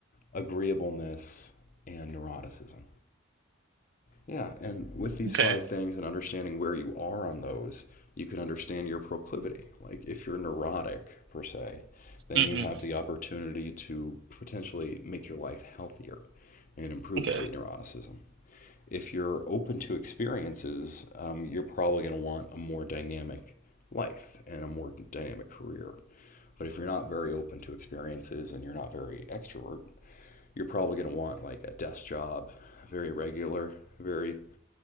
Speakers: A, on the left; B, on the right.
A: agreeableness and neuroticism Yeah, and with these
B: <laughs> okay.
A: five things and understanding where you are on those, you can understand your proclivity. Like if you're neurotic per se, then
B: hmm
A: you have the opportunity to potentially make your life healthier and improve
B: Okay.
A: trait neuroticism. If you're open to experiences, um, you're probably going to want a more dynamic life and a more dynamic career. But if you're not very open to experiences and you're not very extrovert, you're probably going to want like a desk job, very regular, very